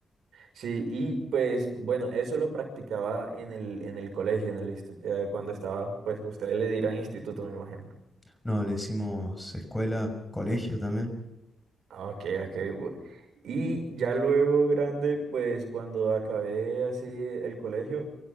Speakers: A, on the right; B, in the centre.
A: Sí, y pues bueno, eso lo practicaba en el, en el colegio, en el, insti- eh, cuando estaba, pues ustedes le dirán instituto, me imagino.
B: No, le decimos escuela, colegio también.
A: Ah, Ok, ok. bu- Y ya luego grande, pues cuando acabé así el colegio,